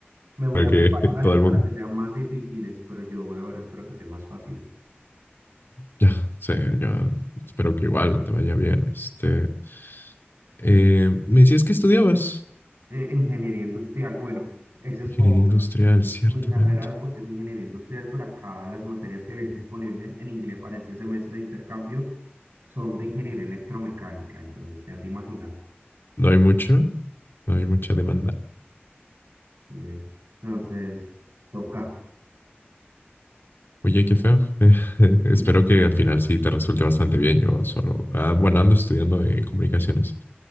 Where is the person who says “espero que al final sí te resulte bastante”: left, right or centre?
Left